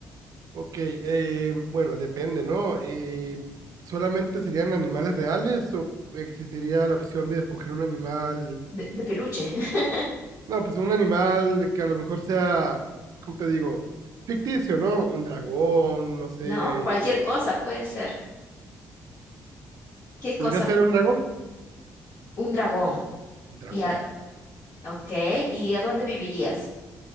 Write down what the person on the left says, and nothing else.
De, de peluche, <laughs>
¿no? Cualquier cosa puede ser. ¿Qué cosa?
Un dragón.
Ya, Ok, ¿y a dónde vivirías?